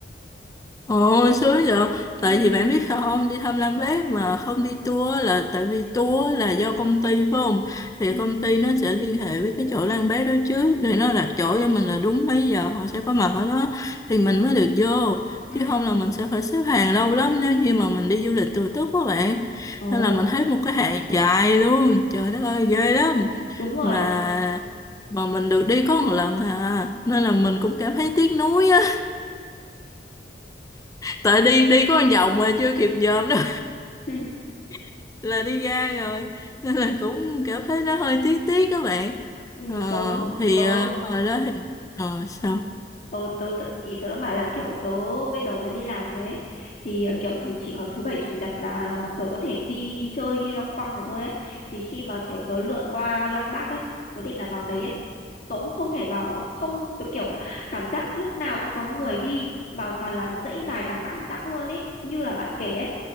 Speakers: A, on the left; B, on the left.
A: Ồ, sướng vậy.
B: ừ
A: Tại vì bạn biết sao không, đi thăm Lam Bác mà không đi tour là tại vì tour là do công ty phải không? Thì
B: ừ
A: công ty nó sẽ liên hệ với cái chỗ Lam Bác đó trước để nó đặt chỗ cho mình là đúng mấy giờ họ sẽ có mặt ở đó thì
B: ừ
A: mình mới được vô.
B: ừ
A: Chứ không là mình sẽ phải xếp hàng lâu lắm nếu như mà mình đi du lịch tự túc quá bạn.
B: ồ
A: Nên là mình thấy một cái hàng dài luôn. Trời đất ơi, ghê lắm.
B: đúng rồi
A: Mà mà mình được đi có một lần à nên là mình cũng cảm thấy tiếc nuối á tại đi đi có một vòng mà chưa kịp dòm đâu
B: <laughs>
A: <laughs> là đi ra rồi nên là cũng cảm thấy nó hơi tiếc tiếc các bạn
B: ừ,
A: ờ,
B: tớ
A: thì
B: tớ
A: ờ, hồi đó thì ờ, sao
B: tớ tớ tự ý tớ đang bảo là kiểu tớ bây giờ tớ đi làm rồi ấy thì ờ, kiểu thứ chỉ có thứ bảy chủ nhật là tớ có thể đi chơi đi loanh quanh rồi thôi ấy thì khi mà kiểu tớ lượn qua Lăng Bác ấy tớ định là vào đấy ấy tớ cũng không thể vào không tớ kiểu cảm giác lúc nào cũng có người đi mà toàn là dãy dài đằng đẵng đẵng luôn ấy như là bạn kể ấy